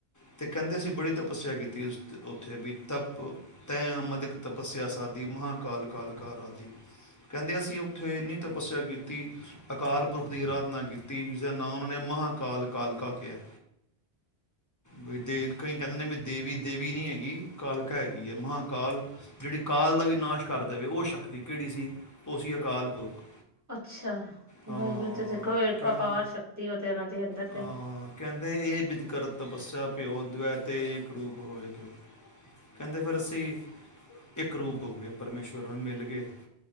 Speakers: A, on the left; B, on the right.
A: ਅਤੇ ਕਹਿੰਦੇ ਅਸੀਂ ਬੜੀ ਤਪੱਸਿਆ ਕੀਤੀ ਉੱਥੇ ਵੀ ਤਪ ਤੈ ਮਦਿਕ ਤਪੱਸਿਆ ਸਾਧ ਮਹਾਂਕਾਲ ਕਾਲਕਾਰ ਆਦਿ ਕਹਿੰਦੇ ਅਸੀਂ ਉੱਥੇ ਇੰਨੀ ਤਪੱਸਿਆ ਕੀਤੀ ਕਾਲ ਪੁਰਖ ਦੀ ਅਰਾਧਨਾ ਕੀਤੀ, ਜਿਸਦਾ ਨਾਂ ਉਹਨਾਂ ਨੇ ਮਹਾਂਕਾਲ ਕਾਲਕਾ ਕਿਹਾ। ਵੀ, ਦੇਵ ਕਈ ਕਹਿੰਦੇ ਨੇ ਵੀ ਦੇਵੀ- ਦੇਵੀ ਨਹੀਂ ਹੈਗੀ, ਕਾਲਕਾ ਹੈਗੀ ਹੈ। ਮਹਾਂਕਾਲ ਜਿਹੜੀ ਕਾਲ ਦਾ ਵੀ ਨਾਸ਼ ਕਰ ਦੇਵੇ, ਉਹ ਸ਼ਕਤੀ। ਕਿਹੜੀ ਸੀ? ਉਹ ਸੀ ਅਕਾਲ ਪੁਰਖ।
B: ਅੱਛਾ
A: ਅਹ
B: ਵਾਹਿਗੁਰੂ ਤੇ ਦੇਖੋ
A: ਕਹਿੰ-
B: ਅਪਾਰ ਸ਼ਕਤੀ ਉਹ ਤੇ, ਉਹਨਾਂ ਦੇ ਅੰਦਰ
A: ਅਹ
B: ਤੇ।
A: ਕਹਿੰਦੇ ਇਹ ਬਿਦ ਕਰਤ ਤਪੱਸਿਆ ਪਿਓ, ਦਵੈਤੇ, ਇੱਕ ਰੂਪ ਹੋਵੇ, ਕਿਉ ਕਹਿੰਦੇ ਫਿਰ ਅਸੀਂ ਇੱਕ ਰੂਪ ਹੋ ਗਏ, ਪਰਮੇਸ਼ਵਰ ਨੂੰ ਮਿਲ ਗਏ।